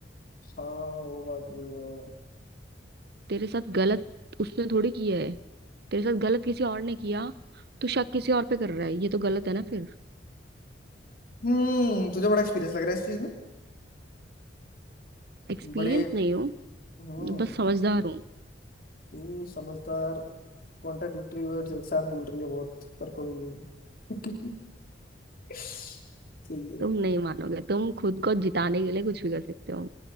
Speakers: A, on the left; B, on the right.
A: हाँ वो बात भी है।
B: तेरे साथ गलत उसने थोड़ी किया है तेरे साथ गलत किसी और ने किया तो शक किसी और पे कर रहा है ये तो गलत है ना फिर
A: हम्म तुझे बड़ा एक्सपीरियंस लग रहा है इस चीज में
B: एक्सपीरियंस
A: बड़े
B: नहीं हो
A: हम्म
B: बस समझदार हूँ
A: तू समझदार कॉन्ट्राडिक्टरी वर्ड्स एक साथ बोल रही है बहुत पर कोई नहीं <laughs> सही है
B: तुम नहीं मानोगे तुम खुद को जिताने के लिए कुछ भी कर सकते हो